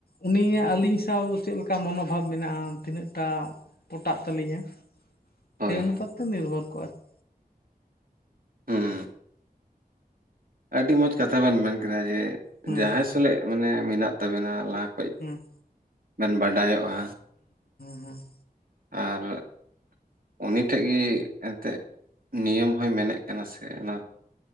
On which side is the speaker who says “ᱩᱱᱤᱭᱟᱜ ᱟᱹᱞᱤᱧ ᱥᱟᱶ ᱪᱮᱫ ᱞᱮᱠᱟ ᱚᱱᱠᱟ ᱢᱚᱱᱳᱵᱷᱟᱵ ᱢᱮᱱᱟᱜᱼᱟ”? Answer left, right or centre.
Left